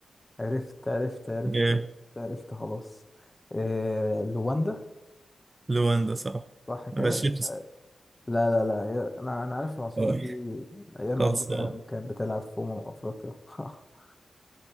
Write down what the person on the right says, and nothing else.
جاي
لواندا صح
غشيت صح.
آه.
خلصان